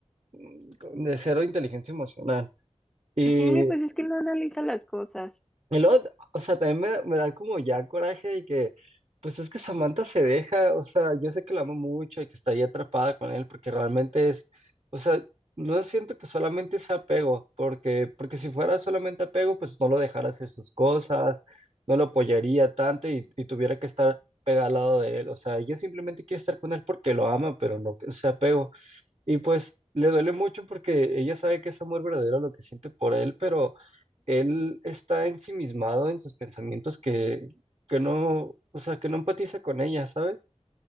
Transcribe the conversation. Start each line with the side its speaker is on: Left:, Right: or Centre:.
Right: mm, de cero inteligencia emocional. Y,
Centre: Sí, pues es que no analiza las cosas.
Right: y luego, o sea, también me, me da como ya coraje de que, pues es que Samantha se deja, o sea, yo sé que la amo mucho y que está ahí atrapada con él, porque realmente es, o sea, no siento que solamente sea apego, porque, porque si fuera solamente apego, pues no lo dejara hacer sus cosas, no lo apoyaría tanto y, y tuviera que estar pegada al lado de él, o sea, ella simplemente quiere estar con él porque lo ama, pero no que sea apego. Y pues le duele mucho porque ella sabe que es amor verdadero lo que siente por él, pero él está ensimismado en sus pensamientos que, que no, o sea, que no empatiza con ella, ¿sabes?